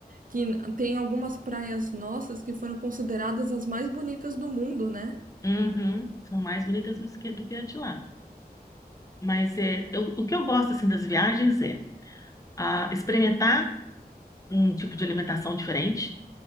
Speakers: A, on the right; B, on the left.
A: que n- tem algumas praias nossas que foram consideradas as mais bonitas do mundo, né?
B: uhum, são mais bonitas do que, do que as de lá. Mas é, eu- o que eu gosto assim das viagens é ah, experimentar um tipo de alimentação diferente,